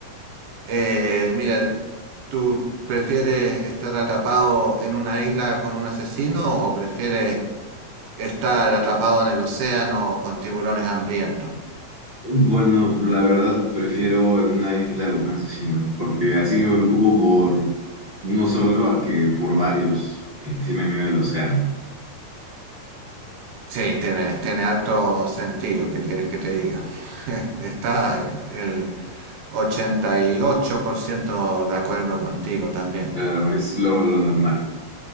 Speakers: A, on the right; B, on the right.
A: Eh, mira, ¿tú prefieres estar atrapado en una isla con un asesino o prefieres estar atrapado en el océano con tiburones hambrientos?
B: Bueno, la verdad prefiero en una isla un asesino, porque así me preocupo por uno solo a que por varios encima en medio del océano.
A: Sí, tiene, tiene harto sentido, ¿qué quieres que te diga? <laughs> Está el 88% de acuerdo contigo también.
B: Claro, es lo, lo normal.